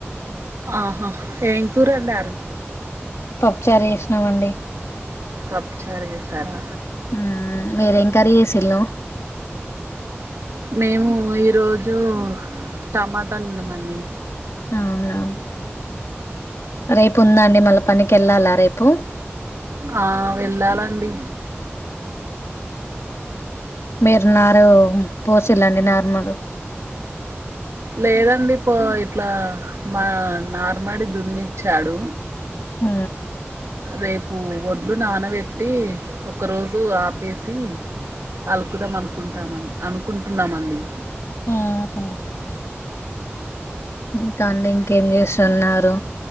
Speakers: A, on the right (about 80°); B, on the left (about 80°).
A: ఆహా ఏం కూరండారు?
B: పప్పుచార ఎసినమండి.
A: పప్పుచారు ఎసారా
B: ఉ మీరేం కర్రీ చేేసిల్లు?
A: మేము ఈ రోజు టమాట నిన్నమండి
B: అవున్లె రేపు ఉందా అండి మళ్ళ పనికెళ్ళాలా రేపు?
A: ఆ! వెళ్ళాలండి.
B: మీరు నారు పోసిల్లండి నార్మలు
A: లేదండి పో ఇట్లా మా నార్మడి దున్నిచ్చాడు.
B: ఊ
A: రేపు ఒడ్లు నానబెట్టి ఒక రోజు ఆపేసి అలుకుదాం అనుకుంటామన్ అనుకుంటున్నామండి.
B: ఆ హ ఇంకా అండి ఇంకేం చేస్తున్నారు?